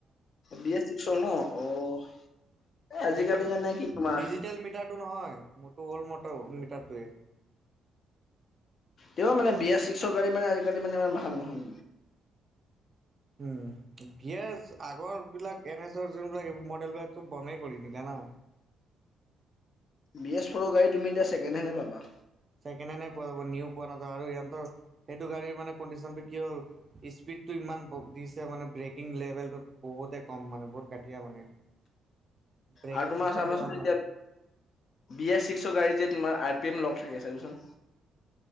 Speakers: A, on the left; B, on the right.
A: বি এছ চিক্সৰ ন অ আজিকালি
B: সেইটো
A: মানে কি তোমাৰ
B: ডিজিটেল মিটাৰটো নহয় মোৰতো অল্ড মটৰ মিটাৰটোৱে।
A: তেওঁ মানে বি এ চিক্সৰ গাড়ী মানে আজিকালি মানে ইমান ভাল নহ'ল।
B: উম, ভি এছ আগৰবিলাক এন এছৰ যোনবিলাক মডেলবিলাকতো বন্ধই কৰি দিলে না।
A: বি এ ফৌৰ গাড়ী তুমি এতিয়া ছেকেণ্ড হেণ্ড এ পাবা।
B: ছেকেণ্ড হেনে পোৱা যাব নিও পোৱা না আৰু ইহন্তৰ সেইটো গাড়ীৰ মানে কণ্ডিচনটো কিয় হ'ল- ইস্পিদটো ইমান ক দিছে মানে ব্ৰেকিং লেভেলটো বহুতে কম মানে বহুত ঘাটিয়া মানে, ব্ৰেকিং
A: আৰু তোমাৰ
B: চিষ্টেমটো
A: চাবাচোন
B: ভাল ন?
A: এতিয়া বি এছ ছিকচৰ গাড়ীত যে তোমাৰ আৰ পি এম লক থাকে চাবিচোন।